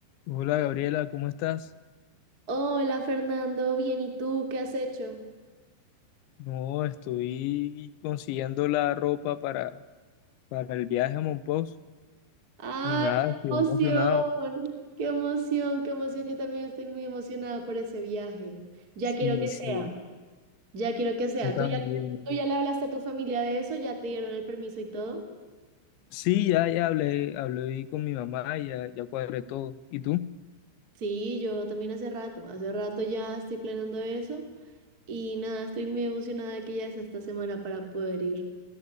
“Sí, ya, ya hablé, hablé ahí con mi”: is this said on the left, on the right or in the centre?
Left